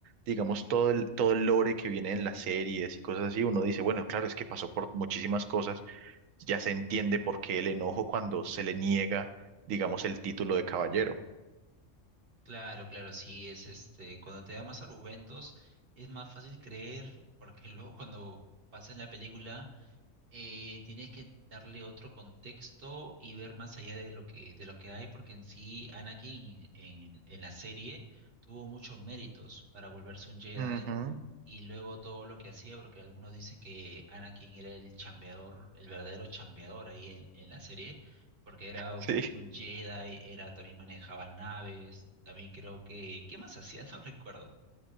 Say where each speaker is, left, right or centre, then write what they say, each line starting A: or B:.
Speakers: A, on the right; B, on the right.
A: digamos, todo el, todo el lore que viene en las series y cosas así, uno dice, bueno, claro, es que pasó por muchísimas cosas, ya se entiende por qué el enojo cuando se le niega, digamos, el título de caballero.
B: Claro, claro, sí, es este, cuando te da más argumentos, es más fácil creer, porque <laughs> luego cuando pasa en la película, eh, tienes que darle otro contexto y ver más allá de lo que, de lo que hay, porque en sí Anakin en, en la serie tuvo muchos méritos para volverse un Jedi
A: Ujú,
B: y luego todo lo que hacía, porque algunos dicen que Anakin era el chambeador, el verdadero chambeador ahí en, en la serie, porque
A: <laughs>
B: era
A: Sí,
B: un Jedi, era, también manejaba naves, también creo que, ¿qué más hacía? <laughs> No recuerdo.